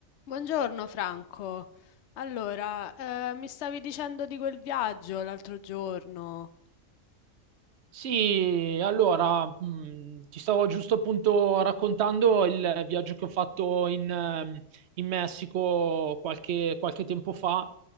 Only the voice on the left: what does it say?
Buongiorno Franco. Allora, eh, mi stavi dicendo di quel viaggio l'altro giorno.